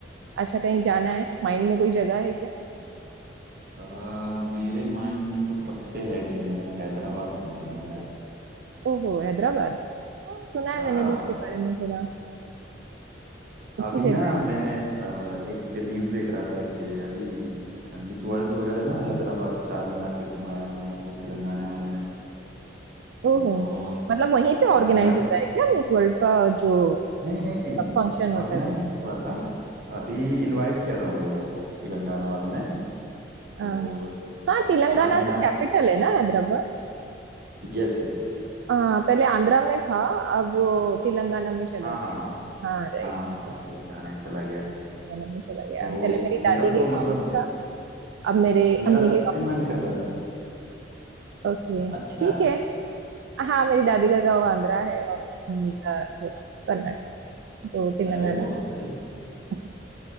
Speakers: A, on the right (about 70°); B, on the right (about 50°).
A: अच्छा कहीं जाना है माइंड में कोई जगह है क्या
B: आ, मेरे माइंड में तो कब से है कि मैं हैदराबाद घूम के आऊं यार
A: ओहो हैदराबाद हाँ सुना है
B: हाँ
A: मैंने भी उसके बारे में थोड़ा अच्छी
B: अभी
A: जगह
B: ना
A: है
B: मैंने आ, एक न्यूज़ देख रहा था कि अभी मिस वर्ल्ड्स वगैरह ना हैदराबाद चार मीनार पे घुमाया उन लोगों को तेलंगाना वालों ने
A: ओहो
B: तो
A: मतलब वहीं पे ऑर्गेनाइज
B: चार मीनार
A: होता है क्या मिस वर्ल्ड का जो
B: नहीं नहीं नहीं
A: फंक्शन होता
B: ऑर्गेनाइज
A: है कुछ
B: हुआ था अभी इनवाइट किया था उन लोगों को तेलंगाना वालों ने तो
A: हाँ हाँ,
B: चार
A: तेलंगाना
B: Charminar
A: का कैपिटल है ना हैदराबाद
B: Yes yes yes
A: हाँ पहले आंध्रा में था अब वो तेलंगाना में चला
B: हाँ
A: गया
B: हाँ हाँ।
A: हाँ राइट
B: हाँ तब तेलंगाना में चला गया
A: तेलंगाना में चला गया
B: तो
A: पहले मेरी
B: मेरा
A: दादी
B: तो
A: के
B: मतलब
A: गांव में था अब मेरे
B: मेरा
A: अम्मी
B: तब
A: के
B: से
A: गांव
B: ही
A: में
B: मन
A: चला
B: कर रहा था
A: ओके ठीक
B: अच्छा
A: है हाँ मेरी दादी का गांव आंध्रा है और अम्मी का थोड़ा कर्नाटक तो तेलंगाना
B: अरे बहुत सही
A: <laughs>